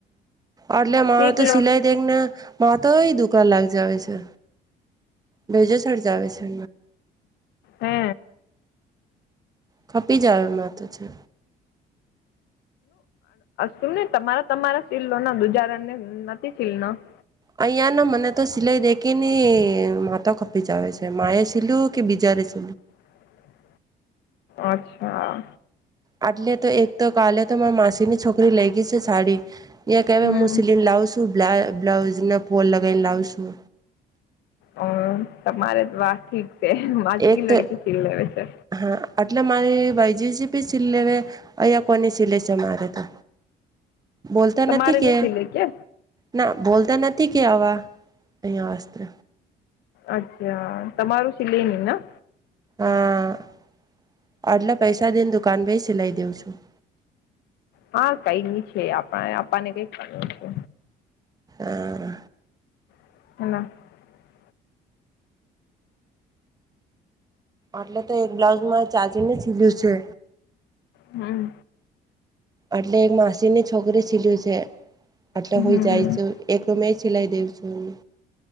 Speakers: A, on the right; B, on the left.
A: અલે મા
B: શીખ
A: તો
B: લો
A: સિલાઈ દેખના મામાં તો દુઃખ. કા લાગ જાવ છે ભેજો છડ જ આવે છે.
B: હે
A: ખપી જઓ માતો છે.
B: શુંને તમારા તમારા સીલો ના દુજાર ને નથી શીલ ન.
A: અહીંયા ના મને તો સિલાઈ દેખ ને માતો કપી જ આવે છે મા એ સિલું કે બીજા. કરીશ.
B: હા. અચ્છા.
A: આટલે તો એક તો કાલે તો મા માસીની છોકરી લઈ ગઈ છે સાડી. કહેવા
B: હમ
A: હું સીલીને લાવ છું બ્લાઉઝ ના ફોલ લગાવને લાવ છું.
B: હમ તમારે વાત ઠીક છે વાજકી
A: એક
B: લડકી
A: તો
B: ચીલ લેવે છે.
A: હા એટલે મારી ભાઈજીસી બી સી લેવે અહીિયાયા કોની સીલે છે મારે તો. બોલતા
B: તમારે
A: નથી કે
B: નહી સિલે કે
A: ના. બોલતા નથી કે આવા અહંયા વસ્ત્ર.
B: અચ્છા તમારું સિલે ન ના.
A: હા એટલે પૈસા દઈને દુકાન ભ સિલાઈ દઉં છું.
B: હા કઈ નઈ છે આપણા આપાને કઈક કર છે.
A: આ.
B: <unintelligible>
A: એટલે તો એક બ્લાઉઝમાં ચાજીને સીલું છે.
B: હમ
A: એટલે એક માસીની છોકરી છીલ્યું છે. આટલે
B: હમ
A: હોય જાય છે એક રૂ મે સિલાઈ દેવ છું એ.